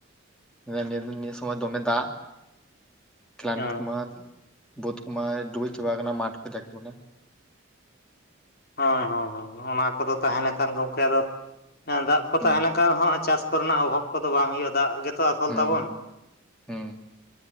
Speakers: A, in the centre; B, on the left.
A: -ᱟ, ᱱᱤᱭᱟᱹ ᱥᱚᱢᱚᱭ ᱫᱚᱢᱮ ᱫᱟᱜ᱾ ᱠᱮᱞᱟᱱ
B: ᱦᱚᱸ
A: ᱠᱚ ᱢᱟ, ᱵᱟᱹᱫᱷ ᱠᱚᱢᱟᱭ ᱰᱩᱵᱩᱡ ᱪᱟᱵᱟᱣ ᱠᱟᱱᱟ ᱢᱟᱴᱷ ᱠᱚ ᱡᱟᱠᱮ ᱵᱚᱞᱮ᱾
B: ᱦᱳᱭ ᱦᱳᱭ ᱦᱚᱸ ᱚᱱᱟ ᱠᱚᱫᱚ ᱛᱟᱦᱞᱮ ᱠᱷᱟᱱ ᱜᱚᱢᱠᱮ ᱟᱫᱚ, ᱫᱟᱜ ᱠᱚ
A: ᱦᱩᱸ
B: ᱛᱟᱦᱮ ᱞᱮᱠᱷᱟᱱ ᱦᱚᱸ ᱪᱟᱥ ᱠᱚᱨᱮᱱᱟᱜ ᱚᱵᱷᱟᱵᱽ ᱠᱚᱫᱚ ᱵᱟᱝ ᱦᱩᱭᱩᱜᱼᱟ ᱫᱟᱜ ᱜᱮ ᱡᱚᱛᱚ ᱟᱥᱚᱞ
A: ᱦᱩᱸ
B: ᱛᱟᱵᱚᱱ
A: ᱦᱩᱸ